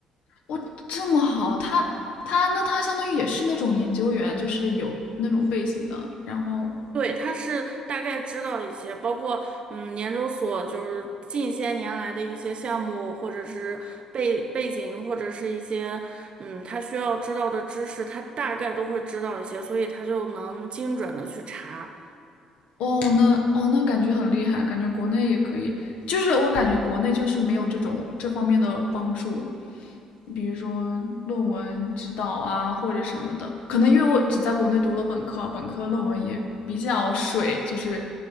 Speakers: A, on the left; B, on the right.
A: 哇，这么好，他他那他相当于也是那种研究员，就是有那种背景的。然后
B: 对，他是大概知道一些，包括嗯，研究所就是近些年来的一些项目，或者是背背景，或者是一些嗯，他需要知道的知识，他大概都会知道一些，所以他就能精准的去查。
A: 哦，那哦那感觉很厉害，感觉国内也可以，就是我感觉国内就是没有这种这方面的帮助，比如说论文指导啊或者什么的。可能因为我只在国内读了本科，本科论文也比较水，就是